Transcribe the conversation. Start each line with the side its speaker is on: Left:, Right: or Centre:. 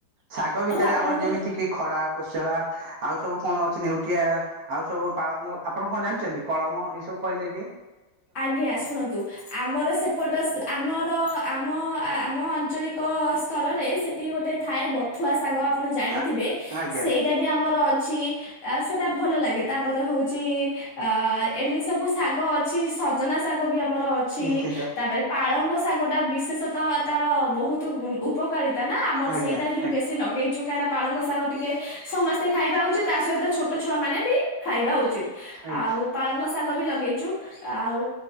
Right: ଶାଗ ଭିତରେ
Left: ଆପଣଙ୍କ
Right: ଆମର ଯେମିତି କି ଖଡା କୋଶଳା। ଆଉ ସବୁ କଣ ଅଛି? ନେଉଟିଆ ଆଉ ସବୁ ପାଳଙ୍ଗ ଆପଣ କଣ ଜାଣିଛନ୍ତି? କଳମ ଏଇ ସବୁ କହିଲେ କି
Left: ଆଜ୍ଞା ଶୁଣନ୍ତୁ ଆମର ସେପଟ ଆମର ଆମ ଆମ ଆଞ୍ଚଳିକ ସ୍ତରରେ ସେଠି ଗୋଟେ ଥାଏ ବଥୁଆ ଶାଗ ଆପଣ ଜାଣିଥିବେ
Right: ଆ ଆଜ୍ଞା
Left: ସେଇଟା ବି ଆମର ଅ ଅଛି ସେଟା ଭଲ ଲାଗେ ତାପରେ ହଉଛି ଅ ଏମିତି ସବୁ ଶାଗ ଅ ଅଛି ସଜନା ଶାଗ ବି ଆମର ଅଛି
Right: ନିଶ୍ଚିନ୍ତ
Left: ତାପରେ ପାଳଙ୍ଗ ଶା ଶାଗଟା ବିଶେଷତଃ ତାର ବହୁତ ଉପକାରିତା ନା ଆମର
Right: ଆଜ୍ଞା
Left: ସେଇଟା ହିଁ
Right: ଆଜ୍ଞା
Left: ବେଶୀ ଲଗେଇଛୁ। କାହିଁନା ପାଳଙ୍ଗ ଶାଗ ଟିକେ ସମସ୍ତେ ଖାଇବା ଉଚିତ ତା ସହିତ ଛୋଟ ଛୁଆ ମାନେ ବି ଖାଇବା ଉଚିତ। ଆଉ
Right: ଆଜ୍ଞା
Left: ପାଳଙ୍ଗ ଶାଗ ବି ଲଗେଇଛୁ ଆଉ